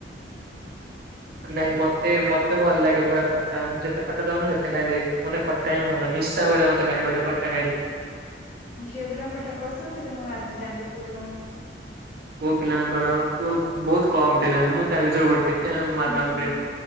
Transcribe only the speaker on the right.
ନାଇଁ ମତେ ମତେ ଭଲ ଲାଗେ ପୁରା ଖଟା ମୁଁ ଯେତେ ଖଟା ଦବ ମୁଁ ସେତେ ଖାଇଦେବି ମତେ ଖ କାଇଁ ଭଲ ନିଶା ଭଳିଆ ମତେ ଲାଗେ ଗୋଟେ ଖଟା ଖାଇଲେ
ପୁଅ ପିଲାଙ୍କର ପୁଅ ବହୁତ କମ ପିଲା ମୁଁ ତା ଭିତରୁ ଗୋଟେ ମାନବ
ଦେଵ